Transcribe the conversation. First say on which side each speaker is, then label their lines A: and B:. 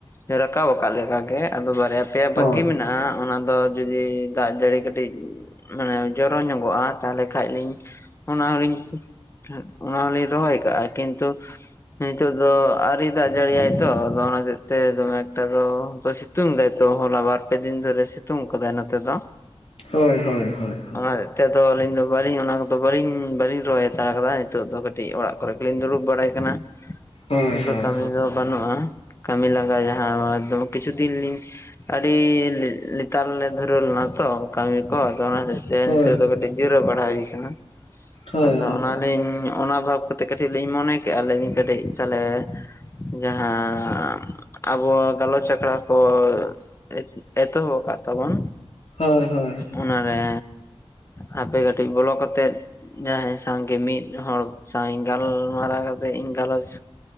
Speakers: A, on the left; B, on the left.
A: ᱨᱟᱠᱟᱵ ᱟᱠᱟᱫ ᱞᱮᱠᱟ ᱜᱮ ᱟᱫᱚ ᱵᱟᱨᱭᱟ ᱟᱯᱮᱭᱟ
B: ᱦᱳᱭ
A: ᱵᱟᱹᱠᱤ ᱢᱮᱱᱟᱜᱼᱟ ᱚᱱᱟ ᱫᱚ ᱡᱩᱫᱤ ᱫᱟᱜ ᱡᱟᱹᱲᱤ ᱠᱟᱹᱴᱤᱡ ᱢᱟᱱᱮ ᱡᱚᱨᱚ ᱧᱚᱜᱚᱜᱼᱟ, ᱛᱟᱦᱞᱮ ᱠᱷᱟᱡ ᱞᱤᱧ ᱚᱱᱟ ᱦᱚᱸᱞᱤᱧ ᱚᱱᱟ ᱦᱚᱸᱞᱤᱧ ᱨᱚᱦᱚᱭ ᱠᱟᱜᱼᱟ ᱠᱤᱱᱛᱩ ᱦᱤᱛᱚᱜ ᱫᱚ ᱟᱹᱣᱨᱤ ᱫᱟᱜ ᱡᱟᱹᱲᱤᱭᱟᱭ ᱛᱚ ᱟᱫᱚ ᱚᱱᱟ ᱦᱚᱛᱮᱡ ᱛᱮ ᱫᱚᱢᱮ ᱮᱠᱴᱟ ᱫᱚ ᱥᱤ ᱛᱩᱝ ᱫᱟᱭᱛᱚ ᱦᱚᱞᱟ ᱵᱟᱨᱯᱮ ᱫᱤᱱ ᱫᱷᱚᱨᱮ ᱥᱤᱛᱩᱝ ᱠᱟᱫᱟᱭ ᱱᱚᱛᱮ ᱫᱚ᱾
B: ᱦᱳᱭ ᱦᱳᱭ ᱦᱳᱭ
A: ᱟᱨ ᱛᱮᱫᱚ ᱫᱚ ᱟᱹᱞᱤᱧ ᱫᱚ ᱵᱟᱞᱤᱧ ᱚᱱᱟ ᱠᱚᱫᱚ ᱵᱟᱹᱞᱤᱧ ᱵᱟᱹᱞᱤᱧ ᱨᱚᱦᱚᱭ ᱦᱟᱛᱟᱲ ᱠᱟᱫᱟ ᱦᱤᱛᱚᱜ ᱫᱚ ᱠᱟᱹᱴᱤᱡ ᱚᱲᱟᱜ ᱠᱚᱨᱮ ᱞᱤᱧ ᱫᱩᱲᱩᱵ ᱵᱟᱲᱟᱭ ᱠᱟᱱᱟ
B: ᱦᱳᱭ
A: ᱱᱤᱛᱫᱚ
B: ᱦᱳᱭ
A: ᱠᱟᱹᱢᱤ ᱠᱚ ᱵᱟᱹᱱᱩᱜᱼᱟ᱾ ᱠᱟᱹᱢᱤ ᱞᱟᱸᱜᱟ ᱡᱟᱦᱟᱸ ᱫᱚ ᱠᱤᱪᱷᱩ ᱫᱤᱱ ᱞᱤᱧ ᱟᱹᱰᱤ ᱞᱮ ᱞᱮᱛᱟᱲ ᱞᱮ ᱫᱷᱩᱨᱟᱹᱣ ᱞᱮᱱᱟ ᱛᱚ ᱠᱟᱹᱢᱤ ᱠᱚ ᱟᱫᱚ ᱚᱱᱟ ᱛᱮ ᱛᱮ
B: ᱦᱳᱭ
A: ᱱᱤᱛᱚᱜ ᱫᱚ ᱠᱟᱹᱴᱤᱡ ᱡᱤᱨᱟᱹᱣ ᱵᱟᱲᱟ ᱦᱩᱭ ᱠᱟᱱᱟ
B: ᱦᱳᱭ ᱦᱳᱭ
A: ᱟᱫᱚ
B: ᱜᱚᱝᱠᱮ
A: ᱚᱱᱟᱞᱤᱧ ᱚᱱᱟ ᱵᱷᱟᱵᱽ ᱛᱮ ᱠᱟᱹᱴᱤᱡ ᱞᱤᱧ ᱢᱚᱱᱮ ᱠᱮᱜᱼᱟ ᱞᱤᱧ ᱠᱟᱹᱴᱤᱡ ᱛᱟᱦᱚᱞᱮ ᱡᱟᱦᱟᱸ ᱟᱵᱚ ᱜᱟᱞᱚᱪ ᱟᱠᱷᱲᱟ ᱠᱚ ᱮᱛ ᱮᱛᱚᱦᱚᱵ ᱠᱟᱜ ᱛᱟᱵᱚᱱ
B: ᱦᱳᱭ ᱦᱳᱭ
A: ᱚᱱᱟᱨᱮ ᱦᱟᱯᱮ ᱠᱟᱹᱴᱤᱡ ᱵᱚᱞᱚ ᱠᱟᱛᱮᱫ ᱡᱟᱦᱟᱸᱭ ᱥᱟᱶᱜᱮ ᱢᱤᱫ ᱦᱚᱲ ᱥᱟᱶᱤᱧ ᱜᱟᱞᱢᱟᱨᱟᱣ ᱠᱟᱛᱮ ᱤᱧ ᱜᱟᱞᱚᱪ